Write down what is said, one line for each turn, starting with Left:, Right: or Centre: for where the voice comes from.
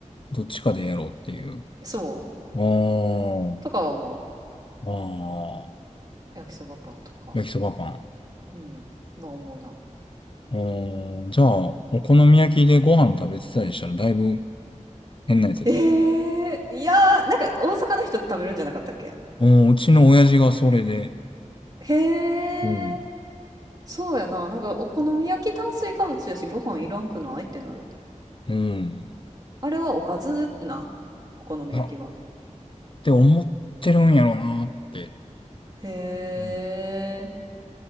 Left: どっちかでやろうっていう。
Right: そう。
Left: あー、
Right: とかは思う。
Left: あー、
Right: 焼きそばパンとか。
Left: 焼きそばパン。あ
Right: うん。は思うな。
Left: ーじゃあ、お好み焼きでご飯食べてたりしたらだいぶ変なやつだと思
Right: ええいやー、なんか大阪の人食べるんじゃなかったっけ
Left: う。うんうちの親父がそれで、
Right: へえ、
Left: うん。
Right: そうやな。なんかお好み焼き炭水化物やし、ご飯いらんくないってなる。
Left: うん。
Right: あれはおかずなんお好み焼きは。
Left: いやって思ってるんやろうなって。
Right: へえ、
Left: うん